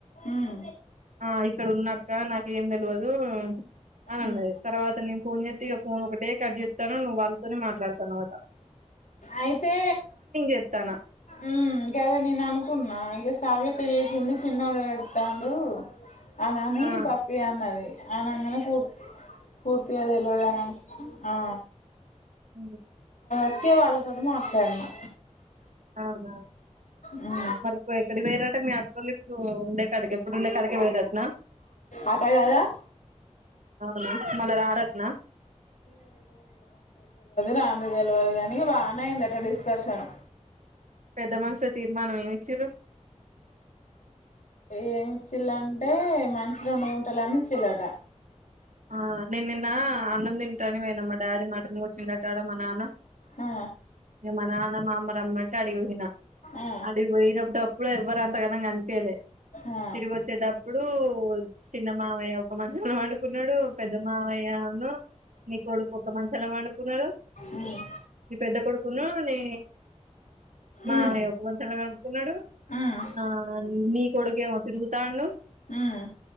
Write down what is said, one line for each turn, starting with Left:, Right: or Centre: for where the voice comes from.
Left: ఉమ్
Right: ఆ ఇక్కడ ఉన్నా అక్క నాకు ఏంది తెల్వదు అని అన్నది
Left: ఉమ్
Right: తరువత నేను ఫోన్ చెత్ ఒకటే కథ చెప్తాను నువ్వు వాళ్ళతోనే మాట్లాడతున్నావు అట
Left: అయితే
Right: చేత్తాన్న
Left: ఆహ్ గదా నేను అనుకున్నా ఇక సావి పక్క చేసింది చిన్నోడు ఏడుతాండు అనాని
Right: ఆ
Left: పప్పి అన్నది అనంగానే కు పూర్తిగా తెలవదు నాకు ఆ
Right: అవును
Left: ఉక్కే వాళ్ళా తోటిడ మాట్లాన్నా
Right: అవునా
Left: ఉమ్
Right: మరి ఇప్పుడు ఎక్కడికి పోయిండ్రీ అట మీ అత్తోళ్లు ఇప్పుడు ఉండే కాటికే ఎప్పుడు ఉండే కాటికే పోయిండ్రి అట నా
Left: అట కదా
Right: అవునా మల్లా రారు అట నా
Left: రాంధ తెలియదు కానీ బాగానే అయిందిట డిస్కర్షన్
Right: పెద్ద మనుషుల తీర్మానం ఏమి ఇచ్చిండ్రు.
Left: ఏమిచ్చిల్లంటే మనుషులును గుంటాల అనిచిల్లట
Right: ఆ నే నిన్న అన్నం తింటానివేన మా డాడీ మ ో సింగ తాడ మానాన్న
Left: ఆ
Right: ఏ మానాన్న మా అమ్మ అమ్మాట ఆడి ఊగిన
Left: ఆ
Right: అది పోయినప్పుడు అప్పుడు ఎవ్వరు దాంతో ఏ పని కాదు పే
Left: ఆ
Right: తిరుగుతే డబ్బ ఇప్పుడు చిన్నమావయ్య ఒక మంచి డుకున్నాడు పెద్ద మామయ్యను నీ కొడుకు ఒక మంచంలో పడుకున్నాడు
Left: ఉమ్
Right: నీ పెద్ద కొడుకును నీ మామయ్య
Left: ఉమ్
Right: ఒక మంచంలో పడుకున్నాడు
Left: ఉమ్
Right: ఆ నీ కొడుకునేమో తిరుగుతాండూ
Left: ఉమ్